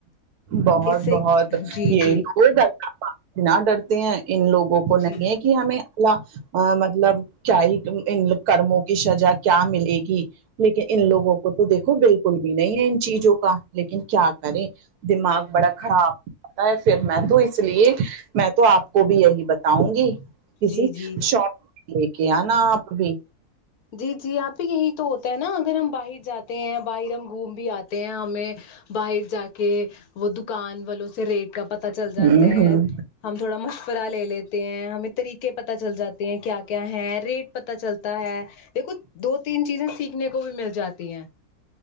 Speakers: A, on the right (about 75°); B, on the left (about 75°).
A: بہت
B: اس سے
A: بہت <unintelligible>
B: جی جی
A: نا ڈرتے ہیں ان لوگوں کو نہیں
B: جی
A: ہے کہ ہمیں اللہ اں مطلب کیا ہی ان کرموں کی سزا کیا ملے گی لیکن ان لوگوں وہ تو دیکھو بالکل بھی نہیں ہے ان چیزوں کا لیکن کیا کریں دماغ بڑا خراب میں تو اس لیے میں تو آپ کو بھی یہی بتاؤں گی کسی
B: جی جی
A: شاپ لے کے آنا آپ بھی
B: جی جی آپی یہی تو ہوتا ہے نا اگر ہم باہر جاتے ہیں باہر ہم گھوم بھی آتے ہیں ہمیں باہر جا کے وہ دکان والوں سے ریٹ کا پتہ چل جاتا
A: ہوں
B: ہے
A: ہوں
B: ہم تھوڑا مشورہ لے لیتے ہیں ہمیں طریقے پتہ چل جاتے ہیں کیا کیا ہے ریٹ پتا چلتا ہے دیکھو دو تین چیزیں سیکھ نے کو بھی مل جاتی ہیں